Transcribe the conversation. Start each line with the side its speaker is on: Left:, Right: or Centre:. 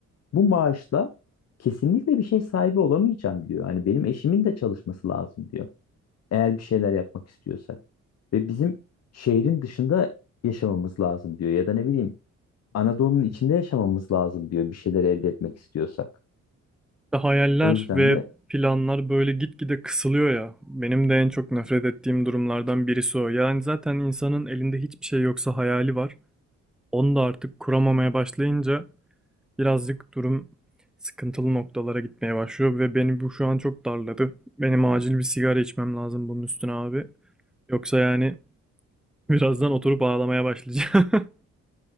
Left: bu maaşla kesinlikle bir şey sahibi olamayacağım diyor. Hani benim eşimin de çalışması lazım diyor. Eğer bir şeyler yapmak istiyorsak. Ve bizim şehrin dışında yaşamamız lazım diyor. Ya da ne bileyim Anadolu'nun içinde yaşamamız lazım diyor. Bir şeyler elde etmek istiyorsak.
Centre: İşte Hayaller
Left: O yüzden
Centre: ve
Left: de
Centre: planlar böyle gitgide kısılıyor ya. Benim de en çok nefret ettiğim durumlardan birisi o. Yani zaten insanın elinde hiçbir şey yoksa hayali var. Onu da artık kuramamaya başlayınca birazcık durum sıkıntılı noktalara gitmeye başlıyor ve beni bu şu an çok darladı. Benim acil bir sigara içmem lazım bunun üstüne abi. Yoksa yani <laughs> birazdan oturup ağlamaya başlayacağım. <laughs>